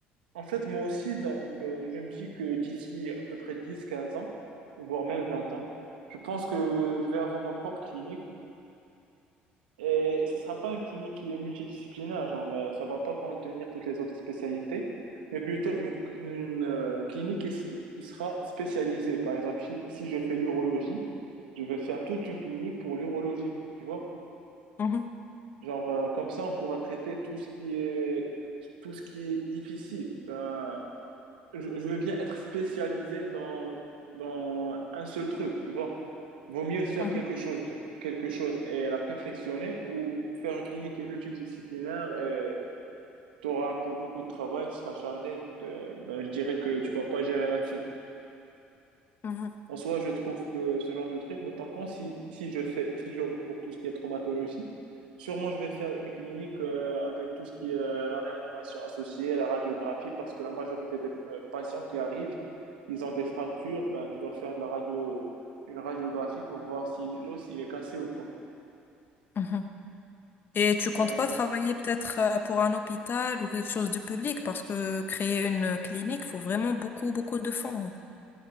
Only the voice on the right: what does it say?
en fait, moi aussi, donc, euh, je me dis que d'ici à peu près 10 15 ans, voire même 20 ans, je pense que je vais avoir ma propre clinique. Et ça sera pas une clinique qui est multidisciplinaire, genre, euh, ça va pas contenir toutes les autres spécialités, mais plutôt une, une, euh, clinique qui, s- qui sera spécialisée. Par exemple, si, si je fais l'urologie, je vais faire toute une clinique pour l'urologie, tu vois?
Genre, euh, comme ça, on pourra traiter tout ce qui est, tout ce qui est difficile. Ben, je, je veux bien être spécialisé dans, dans un seul truc, tu vois. Vaut mieux faire
quelque chose, de- quelque chose et la perfectionner ou faire une clinique qui est multidisciplinaire et tu auras un peu beaucoup de travail, tu seras chargé. t- euh, ben, je dirais que tu vas pas gérer là-dessus.
En soi, je trouve que ce genre de truc, mais par contre, si, si je fais, si j'opte pour tout ce qui est traumatologie, sûrement je vais faire une clinique euh, avec tout ce qui est euh, la réanimation associée, la radiographie, parce que la majorité des euh, patients qui arrivent, ils ont des fractures, ben tu dois faire de la radio, une radiographie pour voir si l'os il est cassé ou pas,
hein, en
gros.